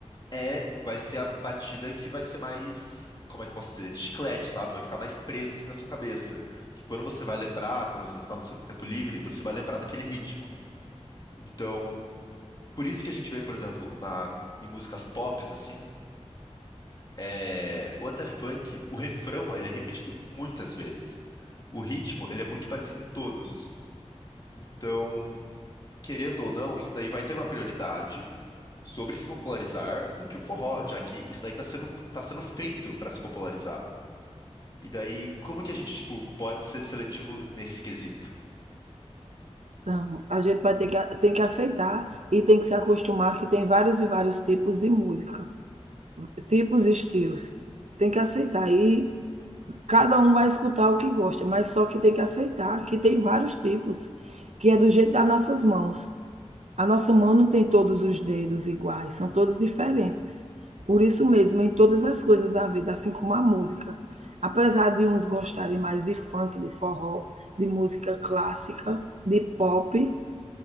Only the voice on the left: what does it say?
é, vai ser a batida que vai ser mais, como é que eu posso dizer? Chiclete, sabe? Vai ficar mais presa assim na sua cabeça. Que quando você vai lembrar, quando você está no seu tempo livre, você vai lembrar daquele ritmo. Então, por isso que a gente vê, por exemplo, na, em músicas pops assim, é, ou até funk, o refrão, ele é repetido muitas vezes. O ritmo, ele é muito parecido em todos. Então, querendo ou não, isso daí vai ter uma prioridade sobre se popularizar do que o forró, já que isso daí tá sendo, tá sendo feito para se popularizar. E daí, como que a gente, tipo, pode ser seletivo nesse quesito?